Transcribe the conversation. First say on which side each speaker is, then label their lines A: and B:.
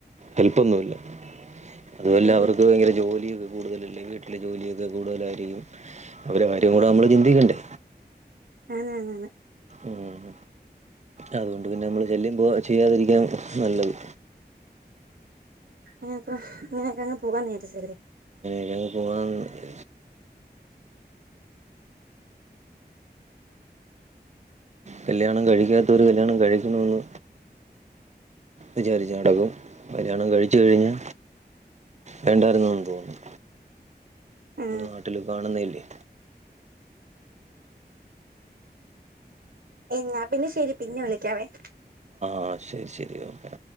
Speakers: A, on the right; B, on the right.
A: ഹെൽപൊന്നൂല്ല. അതുവല്ല
B: ആ
A: അവർക്ക് ഭയങ്കര ജോലിയിത് കൂടുതലല്ലേ വീട്ടിലെ ജോലിയൊക്കെ കൂടുതലായിരിക്കും അവരകാര്യംകൂടെ നമ്മൾ ചിന്തിക്കണ്ടെ
B: ആണാണാണ്
A: ഉം അതുകൊണ്ട് പിന്നെ നമ്മള് ശല്യം പോ ചെയ്യാതിരിക്കാൻ നല്ലത്.
B: അങ്ങനപ്പ ഇങ്ങനെയൊക്കെ അങ്ങ് പോകാനിരിച്ചല്ലേ.
A: <unintelligible> കല്യാണം കഴിക്കാത്തവര് കല്യാണം കഴിക്കണോന്ന് വിചാരിച്ച് നടക്കും കല്യാണം കഴിച്ചു കഴിഞ്ഞാ വേണ്ടായിരുന്നെന്ന് തോന്നും.
B: ആ
A: നാട്ടില് കാണുന്നയല്ലേ
B: എന്നാ പിന്നെ ശെരി പിന്നെ വിളിക്കാവേ.
A: ആഹ് ശരി ശരി ഓക്കേ